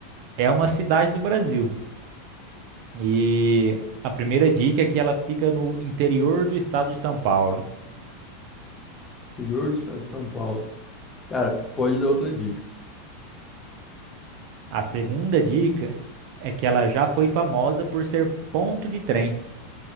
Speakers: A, on the right (about 55°); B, on the left (about 15°).
A: É uma cidade do Brasil. E a primeira dica é que ela fica no interior do estado de São Paulo.
B: Interior do estado de São Paulo. Cara, pode dar outra dica.
A: A segunda dica é que ela já foi famosa por ser ponto de trem.